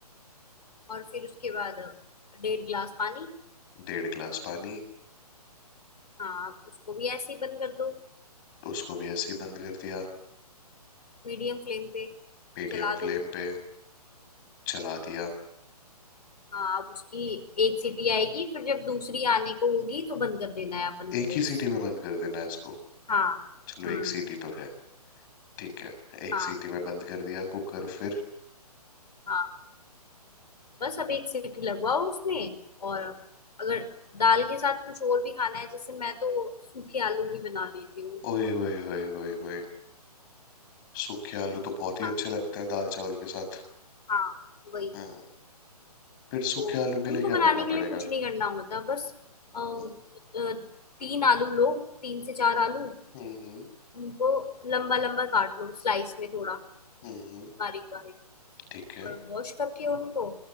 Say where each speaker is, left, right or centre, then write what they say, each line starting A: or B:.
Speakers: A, on the left; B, on the left.
A: और फिर उसके बाद डेढ़ गिलास पानी
B: डेढ़ गिलास पानी
A: हाँ उसको भी ऐसे ही बंद कर दो
B: उसको भी ऐसे ही बंद कर दिया
A: मीडियम फ्लेम पे
B: मीडियम
A: चला
B: फ्लेम
A: दो
B: पे चला दिया
A: हाँ अब उसकी एक सीटी आएगी फिर जब दूसरी आने को होगी तो बंद कर देना है अपन
B: एक
A: को गैस
B: ही सीटी में बंद कर देना है इसको
A: हाँ
B: चलो
A: हम्म
B: एक सीटी तो है ठीक है एक
A: हाँ
B: सीटी में बंद कर दिया कुकर फिर
A: हाँ बस अब एक सीटी लगवाओ उसमें और अगर दाल के साथ कुछ और भी खाना है जैसे मैं तो सूखे आलू भी बना लेती हूँ
B: ओए होए होए होए होए सूखे आलू तो बहुत ही
A: हाँ
B: अच्छे लगते हैं दाल चावल के साथ
A: हाँ वही
B: हम्म फिर सूखे
A: तो
B: आलू के
A: उनको
B: लिए क्या
A: बनाने
B: करना
A: के
B: पड़ेगा
A: लिए कुछ नहीं करना होता बस अ, अ,
B: हम्म
A: तीन आलू लो तीन से चार आलू
B: हम्म
A: उनको लंबा लंबा काट लो स्लाइस में थोड़ा
B: हम्म,
A: बारीक बारीक
B: ठीक है
A: और वॉश करके उनको